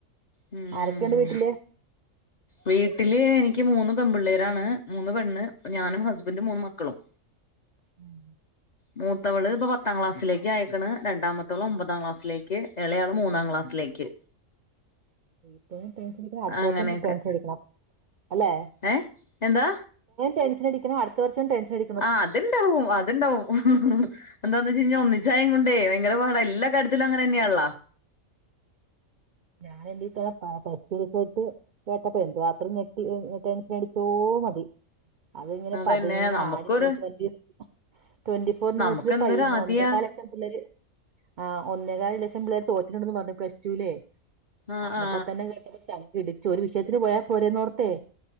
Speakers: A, on the left; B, on the right.
A: ഉം
B: ആരൊക്കെണ്ട് വീട്ടില്
A: വീട്ടില് എനിക്ക് മൂന്ന് പെൺപിള്ളേരാണ് മൂന്ന് പെണ്ണ് ഞാനും ഹസ്ബന്റും മൂന്ന് മക്കളും
B: ഉം
A: മൂത്തവള് ഇപ്പ പത്താം ക്ലാസ്സിലേക്ക് ആയെക്കണ് രണ്ടാമത്തവള് ഒമ്പതാം ക്ലാസിലേക്ക് ഇളയാള് മൂന്നാം ക്ലാസ്സിലേക്ക്
B: <unintelligible>
A: അങ്ങനെയൊക്കെ
B: അടിക്കണം അല്ലെ
A: ഏ എന്താ
B: ടെൻഷനടിക്കണം അടുത്ത വർഷം ടെൻഷനടി
A: ആഹ് അത്ണ്ടാവും അതുണ്ടാവും എന്താന്ന് വെച്ച കഴിഞ്ഞാൽ ഒന്നിച്ചായ കൊണ്ടേ ഭയങ്കര പാട എല്ലാ കാര്യത്തിലും അങ്ങനെ തന്നെയാണല്ലോ
B: ഞാൻ എന്റെ തന്ന പ പ്ലസ് ടു റിസൾട്ട്‌ കേട്ടപ്പ എന്തുവാത്രം ഞെട്ടി ടെൻഷനടിച്ചോ മതി അത്ങ്ങനെ
A: അതന്നെ
B: പതുങ്ങിയ
A: നമുക്കൊരു
B: ആടി <unintelligible> ട്വന്റി ട്വന്റി ഫോർ ന്യൂസില്
A: നമുക്ക് എന്തൊരു
B: പൈ
A: ആദിയാ
B: ഒന്നേക്കാല് ലക്ഷം പിള്ളേര് ആഹ് ഒന്നേകാല് ലക്ഷം പിള്ളേര് തോറ്റ്ട്ടുണ്ടന്ന് പറഞ്ഞു പ്ല ടു ല്
A: ആ
B: അന്നപ്പോ
A: ആ
B: തന്നെ കേട്ടപ്പ ചങ്ക് ഇടിച്ചു ഒരു വിഷയത്തിന് പോയാ പോരേ എന്നോർത്തേ